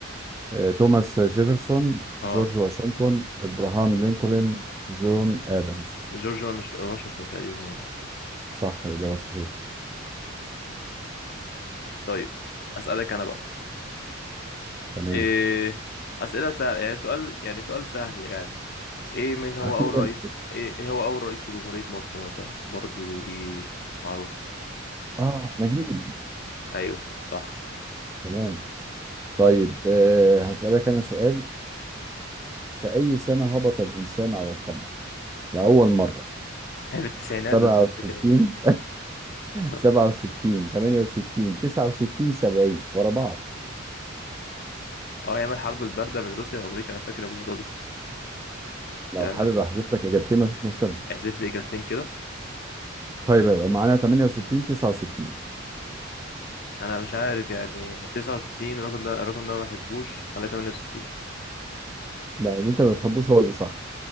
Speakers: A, on the right; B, on the left.
A: آه، توماس جيفرسون
B: اه
A: جورج واشنطن ابراهام لينكولن جون ادمز
B: جورج ونش- واشنطن تقريبا يعني
A: صح الاجابة صحيحة
B: طيب اسألك انا بقى
A: تمام
B: إيه أسئلة سهلة يعني سؤال يعني سؤال سهل يعني ايه من هو
A: اخيرا
B: اول رئيس ايه إيه هو اول رئيس لجمهورية مصر مثلا برضو دي معروفة
A: اه نجيب
B: ايوه صح
A: تمام طيب آه، هسألك أنا سؤال في أي سنة هبط الإنسان على القمر لأول مرة
B: هي في التسعينات
A: 67
B: بس مش فاكر امتى. <laughs>
A: 67 68 69 70 <laughs> ورا بعض
B: اه ايام الحرب الباردة بين روسيا وامريكا انا فاكر الموضوع ده
A: لو
B: آه،
A: حابب أحذف لك إجابتين مفيش مشكلة
B: احذف لي اجابتين كده
A: طيب يبقى معانا 68 69
B: انا مش عارف يعني 69 الرقم ده الرقم ده ما بحبوش خليها 68
A: لا اللي أنت ما بتحبوش هو اللي صح